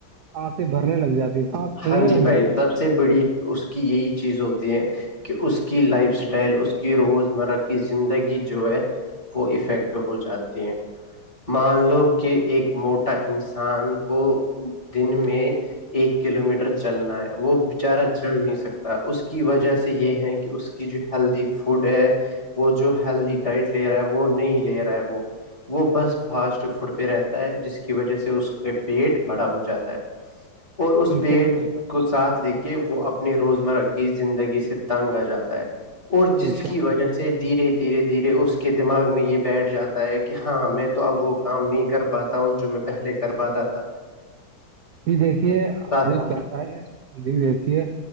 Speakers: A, on the right; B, on the left.
A: سانسیں بھرنے لگ جاتی ہے سانس پھولنے
B: ہاں جی
A: لگ
B: بھائی
A: جاتی
B: سب
A: ہے
B: سے بڑی اس کی یہی چیز ہوتی ہے کہ اس کی لائف اسٹائل اس کی روزمرہ کی زندگی جو ہے وہ افیکٹ ہو جاتی ہے مان لو کہ ایک موٹا انسان ان کو دن میں ایک کلو میٹر چلنا ہے وہ بچارا چل نہیں سکتا اس کے کی وجہ سے یہ ہے کہ اس کی جو ہیلدی فوڈ ہے وہ جو ہیلدی ڈائٹ لے رہا ہے وہ نہیں لے رہا ہے وہ وہ بس فاسٹ فوڈ پہ رہتا ہے جس کی وجہ سے اس کے پیٹ بڑا ہو جاتا ہے اور اس
A: بالکل
B: پیٹ
A: صحیح فرمایا،
B: کو ساتھ لے کے کہ وہ اپنی روزمرہ کی زندگی سے تنگ آ جاتا ہے اور
A: بے
B: جس کی
A: شک
B: وجہ جیسے دھیرے دھیرے دھیرے اس کے دماغ میں یہ بیٹھ جاتا کہ ہاں میں
A: الحمد
B: تو اب
A: للہ
B: وہ کام
A: صحیح
B: نہیں کر پاتا ہوں
A: فرمایا،
B: جو میں پہلے کر
A: بے
B: پاتا
A: شک۔
B: تھا
A: دیکھیے
B: تا تھا
A: چل رہا ہے د دیکھیے